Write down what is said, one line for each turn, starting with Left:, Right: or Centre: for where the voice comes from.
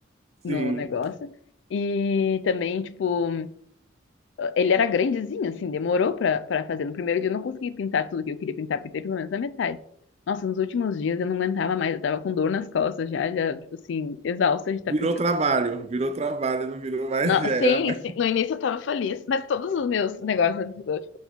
Right: <laughs>
Left: no
Right: Sim.
Left: negócio. E também, tipo, ele era grandezinho, assim, demorou pra, pra fazer. No primeiro dia eu não consegui pintar tudo que eu queria pintar, pintei pelo menos na metade. Nossa, nos últimos dias eu não aguentava mais, eu tava com dor nas costas já, já, tipo assim, exausta de estar
Right: Virou
Left: pintando.
Right: trabalho, virou trabalho, não virou mais,
Left: No-
Right: <laughs> já era
Left: sim,
Right: mais.
Left: sim, no início eu tava feliz, mas todos os meus negócios, tipo,